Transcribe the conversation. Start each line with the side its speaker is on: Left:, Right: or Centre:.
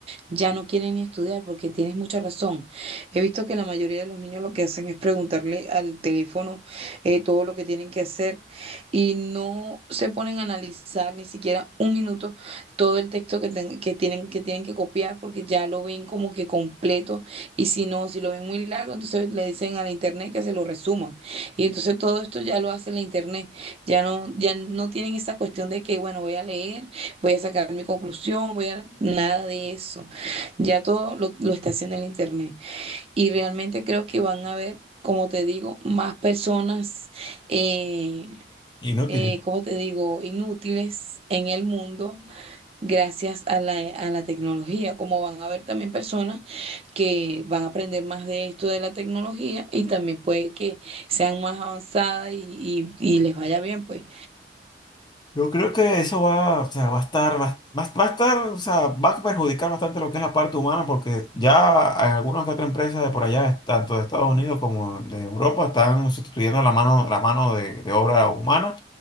Right: ya no quieren ni estudiar porque tienes mucha razón. He visto que la mayoría de los niños lo que hacen es preguntarle al teléfono eh, todo lo que tienen que hacer y no se ponen a analizar ni siquiera un minuto todo el texto que, ten- que tienen, que tienen que copiar porque ya lo ven como que completo y si no, si lo ven muy largo, entonces le dicen a la internet que se lo resuman. Y entonces todo esto ya lo hace la internet. Ya no, ya no tienen esa cuestión de que, bueno, voy a leer, voy a sacar mi conclusión, voy a... Nada de eso. Ya todo lo, lo está haciendo el Internet. Y realmente creo que van a haber, como te digo, más personas, eh,
Left: inútil.
Right: eh, como te digo, inútiles en el mundo gracias a la, a la tecnología. Como van a haber también personas que van a aprender más de esto de la tecnología y también puede que sean más avanzadas y, y y les vaya bien, pues.
Left: Yo creo que eso va, o sea, va a estar, va, va- va a estar, o sea, va a perjudicar bastante lo que es la parte humana, porque ya en algunas que otras empresas de por allá, tanto de Estados Unidos como de Europa, están sustituyendo la mano, la mano de, de obra humana